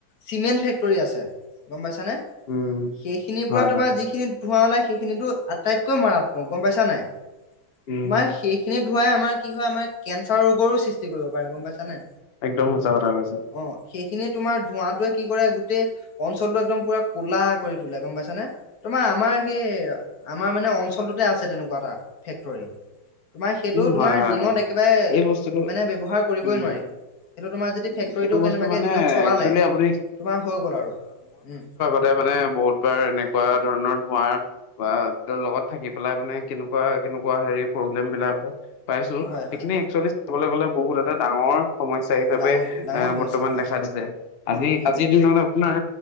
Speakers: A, on the left; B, on the left.
A: চিমেন্ট ফেক্টৰী আছে গম পাইছানে
B: উম,
A: সেইখিনিৰ
B: হয়,
A: পৰা তোমাৰ
B: হয়।
A: যিখিনি ধোঁৱা ওলাই সেইখিনিতো আটাইতকৈ মাৰাত্মক গম পাইছা নাই
B: উম,
A: তোমাৰ সেইখিনি ধোঁৱাই আমাৰ কি হয় আমাৰ কেঞ্চাৰৰ ৰোগৰো সৃষ্টি কৰিব পাৰে গম পাইছানে,
B: একদম সঁচা কথা কৈছে।
A: অ সেইখিনিয়ে তোমাৰ ধোঁৱাটোৱে কি কৰে গোটেই অঞ্চলটো একদম পুৰা কোলা কৰি তোলে গম পাইছা নে? তোমাৰ আমাৰ সেই আমাৰ মানে অঞ্চলটোতে আছে তেনেকোৱা এটা ফেক্টৰী তোমাৰ সেইটো
B: উম, হয়,
A: তোমাৰ
B: হয়,
A: দিনত
B: হয়।
A: একেবাৰে
B: এই বস্তুটো
A: মানে ব্যৱহাৰ কৰিবই
B: উম,
A: নোৱাৰি। সেইটো তোমাৰ যদি ফেক্টৰীটো
B: এইটো
A: কেনেবাকে
B: বস্তু মানে
A: দিনত চলালে
B: একচুৱেলি আপুনি
A: তোমাৰ হৈ গ'ল আৰু উম
B: তাতে মানে বহুত বাৰ এনেকুৱা ধৰণৰ ধোঁৱাৰ বা ত লগত থাকি পেলাই মানে কেনেকোৱা কেনেকোৱা হেৰি প্ৰব্লেম বিলাক পাইছোঁ আৰু
A: হয়
B: শৱসেইখিনি
A: হয়
B: একচুৱেলি চাবলৈ গলে বহুত এটা ডাঙৰ সমস্যা হিচাপে
A: ডাঙৰ ডাঙৰ
B: এহ
A: সমস্যা
B: বৰ্তমান
A: হয়
B: দেখা দিছে। আজি
A: উম
B: আজিৰ
A: উম
B: দিনত আপোনাৰ